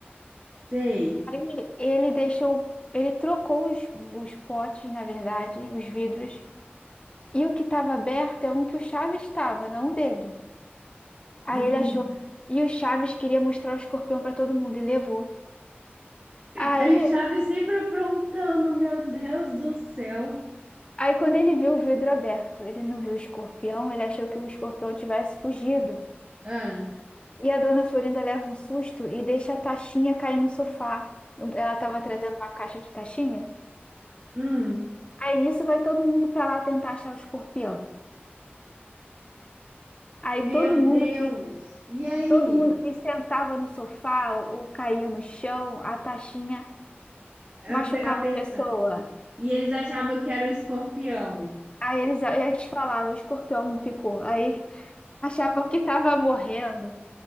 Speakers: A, on the right; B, on the left.
A: sei,
B: Aí ele deixou, ele trocou os, os potes, na verdade, os vidros, e o que estava aberto é um que o Chaves estava, não o dele. Aí
A: entendi.
B: ele achou, e o Chaves queria mostrar o escorpião para todo mundo e levou. Aí,
A: Aí o Chaves sempre aprontando, meu Deus do céu.
B: aí quando ele viu o vidro aberto, ele não viu o escorpião, ele achou que o escorpião tivesse fugido.
A: Ah,
B: E a dona Florinda leva um susto e deixa a taxinha cair no sofá. Ela estava trazendo uma caixa de taxinha.
A: hum,
B: Aí nisso vai todo mundo para lá tentar achar o escorpião. Aí
A: meu
B: todo mundo
A: Deus.
B: que
A: E aí?
B: todo mundo que sentava no sofá ou, ou caía no chão, a taxinha
A: Ape-
B: machucava
A: Aperta.
B: a pessoa.
A: E eles achavam que era o escorpião.
B: Aí eles, eles falavam, o escorpião me picou. Aí achavam que estava morrendo.